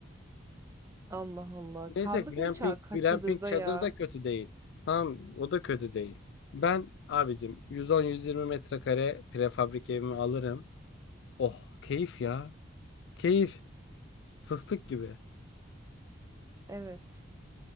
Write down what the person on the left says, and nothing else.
Neyse
glamping,
glamping
çadır
da kötü değil. Tamam o da kötü değil. Ben abicim 110-120 metrekare prefabrik evimi alırım. Oh keyif ya. Keyif. Fıstık gibi.